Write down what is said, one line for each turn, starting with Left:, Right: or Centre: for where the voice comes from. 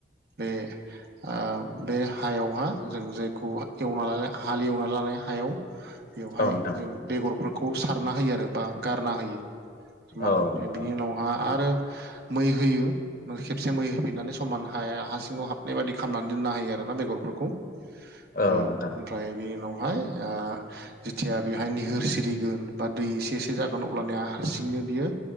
Right: बे ओ बे हायावहा जों जायखौ एवनानै हालेवना लानाय हायाव बेवहाय
Left: औ नोंथां
Right: जों बेगरफोर खौ सारना होयो आरो बा गारना होयो माने
Left: औ
Right: ओमफ्राय
Left: नोंथां
Right: बिनि उनावहा आरो मै होयो खेबसे मै होफिनानै समान हाया हा सिङाव हाबनाय बायदि खालामनानै दोननो हायो आरो बेगरफोरखौ
Left: औ
Right: ओ
Left: नोंथां
Right: ओमफ्राय बेनि उनावहाय ओ जिथिया बेवहाय निहोर सिरिगोन बा दै एसे एसे जागोन अब्लानिया हारसिंनो बियो